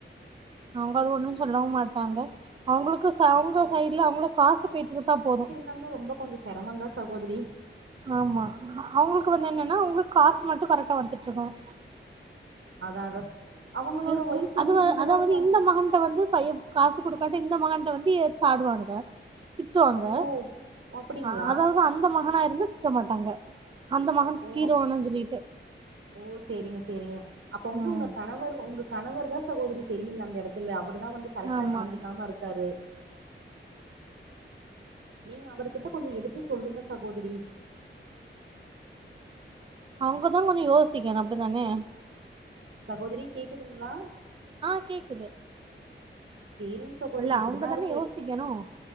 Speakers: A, on the right; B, on the right.
A: அவுங்க அது ஒன்னு சொல்லவு மாட்டாங்க அவுங்களுக்கு ச அவுங்க
B: அப்புறோ
A: சைட்ல அவுங்களு காசு போயிட்ருந்தா போது
B: தங்ல ரொம்ப கொஞ்ச செரமந்தா சகோதரி
A: ஆமா அவுங்களுக்கு வந்து என்னன்னா அவ்ங்களுக் காசு மட்டு கரெக்டா வந்துட்டுருக்கனு
B: அதா அதா அவங்களோட
A: இங் இங்
B: ஒய்ஃப்
A: அதுவா
B: வந்து வீட்லதா
A: அதாவது
B: இருக்காங்க
A: வந்து இந்த மகன்ட்ட வந்து பையப் காசு குடுக்காட்ட இந்த மகன்ட்ட வந்து ஏச்ச ஆடுவாங்க திட்டுவாங்க
B: ஓ அப்டிங்களா
A: அ அதாவது அந்த மகனாருந்தா திட்ட மாட்டாங்க அந்த மகன் திட்டிருவானு
B: ஓ
A: சொல்லிட்டு
B: ஓ சேரிங்க சேரிங்க அப்ப வந்து
A: ம்
B: உங்க கணவர் உங்க கணவர்தா சகோதரி செரியில்ல அந்த எடத்துல அவர் தா வந்து கரெக்ட்டா
A: ஆமா
B: நடந்துக்காம இருக்காரு நீங்க அவர்கிட்ட கொஞ்ச எடுத்து சொல்லுங்க சகோதரி
A: அவுங்கதா கொஞ்ச யோசிக்கணு அப்டி தானே
B: சகோதரி கேக்குதுங்ளா
A: அ கேக்குது
B: சேரிங் சகோதரி
A: அல்ல
B: இப்புடிதா
A: அவங்கதானே
B: இருக்கு
A: யோசிக்கணு